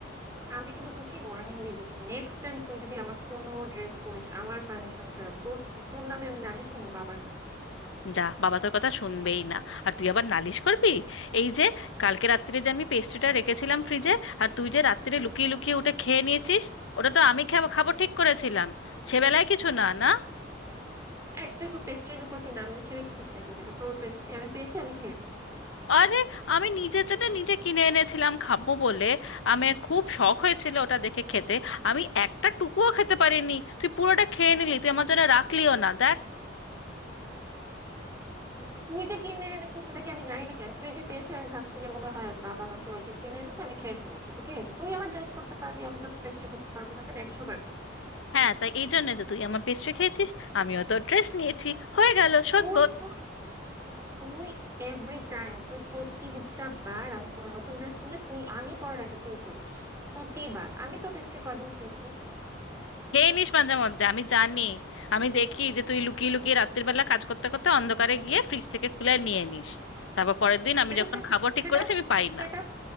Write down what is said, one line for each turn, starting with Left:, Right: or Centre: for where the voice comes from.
Right: আমি কিন্তু তোকে ওয়ার্নিং দিয়ে দিচ্ছি নেক্সট টাইম তুই যদি আমার কোনো ড্রেস পরিস আমার পারমিশন ছাড়া তোর তো- তোর নামে আমি নালিশ করবো বাবার কাছে
Left: যা বাবা তোর কথা শুনবেই না আর তুই আবার নালিশ করবি এই যে কালকে রাত্রিরে যে আমি পেস্ট্রিটা রেখেছিলাম ফ্রিজে আর তুই যে রাত্রিরে লুকিয়ে লুকিয়ে ওটা খেয়ে নিয়েছিস ওটা তো আমি খাবো খাবো ঠিক করেছিলাম সেবেলায় কিছু না না
Right: এই তুই কি পেস্ট্রির উপর কি নাম লিখে রেখেছিস নাকি যেটা তোর পেস্ট্রি আমি পেয়েছি আমি খেয়েছি
Left: আরে আমি নিজের জন্য নিজে কিনে এনেছিলাম খাবো বলে আমার খুব শখ হয়েছিল ওটা দেখে খেতে আমি একটা টুকুও খেতে পারিনি তুই পুরোটা খেয়ে নিলি তুই আমার জন্য রাখলিও না দেখ
Right: কিন্তু তুই যে কিনে এনেছিস সেটা কি আমি জানি নাকি আমি ফ্রিজে পেয়েছি আমি ভাবছি যে মনে হয় বাবা আমাকে অর্জন কিনে এনেছে আমি খেয়ে ফেলেছি তো কি হয়েছে তুই আমার ড্রেস পরতে পারবি আমি তো পেস্ট্রি খেতে পারবো না কেন একশো বার খাবো
Left: হ্যাঁ তাই এই জন্য যে তুই আমার পেস্ট্রি খেয়েছিস আমিও তো ড্রেস নিয়েছি হয়ে গেল শোধ
Right: তুই তুই তুই এভরি টাইম তুই প্রতিটা বার আমি কোনো নতুন ড্রেস কিনলে তুই আমি পরার আগে তুই পরিস প্রতিবার আমি তো পেস্ট্রি কয়দিন খেয়েছি
Left: খেয়ে নিস মাঝে মধ্যে আমি জানি আমি দেখি যে তুই লুকিয়ে লুকিয়ে রাত্রির বেলা কাজ করতে করতে অন্ধকারে গিয়ে ফ্রিজ থেকে খুলে নিয়ে নিস তারপর পরের দিন আমি
Right: সেটা
Left: যখন
Right: সে-
Left: খাবো ঠিক
Right: সেটা
Left: করেছি আমি পাই
Right: সেটা
Left: না